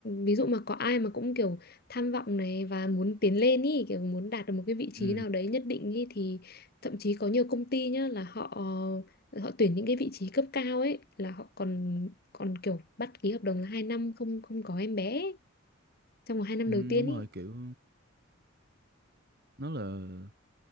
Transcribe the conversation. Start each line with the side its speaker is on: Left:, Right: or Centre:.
Left: ví dụ mà có ai mà cũng kiểu tham vọng này và muốn tiến lên ý kiểu muốn đạt được một cái vị trí
Right: ừ,
Left: nào đấy nhất định ý thì thậm chí có nhiều công ty nhá là họ họ tuyển những cái vị trí cấp cao ấy là họ còn còn kiểu bắt ký hợp đồng là hai năm không không có em bé ấy, trong vòng hai năm
Right: ừ
Left: đầu tiên
Right: đúng rồi
Left: ý
Right: kiểu nó là